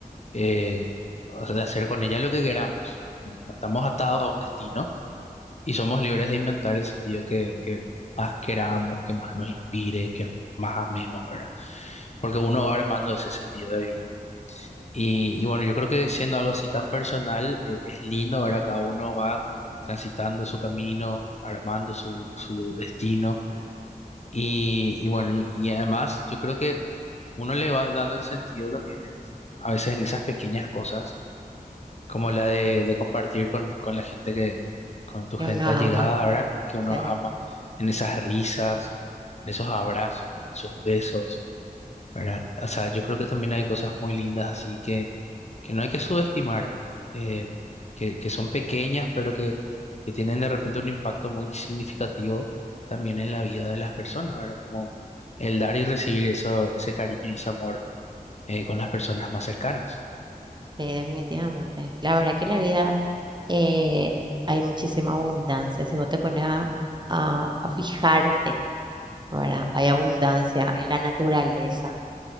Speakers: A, on the left; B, on the right.
A: eh, o sea, de hacer con ella lo que queramos. No estamos atados a un destino y somos libres de inventar el sentido que, que más queramos, que más nos inspire, que más amemos, ¿verdad? Porque uno va armando ese sentido de vida. Y, y bueno, yo creo que siendo algo así tan personal, eh, es lindo, ¿verdad? Cada uno va transitando su camino, armando su, su destino. Y, y bueno, y, y además yo creo que uno le va dando el sentido también en- en- a veces en esas pequeñas cosas como la de, de compartir con, con la gente que, con tu
B: Que
A: gente
B: uno ama,
A: allegada, ¿verdad? Que uno
B: sí,
A: ama, en esas risas, en esos abrazos, en esos besos, ¿verdad? O sea, yo creo que también hay cosas muy lindas así que, que no hay que subestimar, eh, Eh, que, que son pequeñas, pero que, que tienen de repente un impacto muy significativo también en la vida de las personas, ¿verdad? Como el dar y recibir eso, ese cariño y ese amor eh, con las personas más cercanas.
B: sí, definitivamente. La verdad que la vida eh, hay muchísima abundancia. Si vos te pones a, a- a fijarte, ¿verdad? Hay abundancia en la naturaleza,